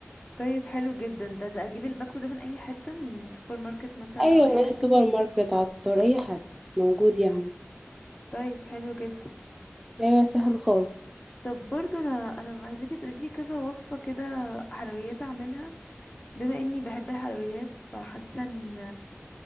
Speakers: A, on the left (about 25°); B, in the centre.
A: طيب حلو جدا ده ده أجيب الباكو ده من أي حتة من سوبر ماركت مثلا
B: ايوه
A: أو أي
B: من اي
A: حاجة
B: سوبر ماركت عطار اي حد موجود يعني
A: طيب حلو جدا
B: ايوه سهل خالص
A: طب برضو انا انا عايزاكي تقولي لي كذا وصفه كده حلويات اعملها بما اني بحب الحلويات فحاسه ان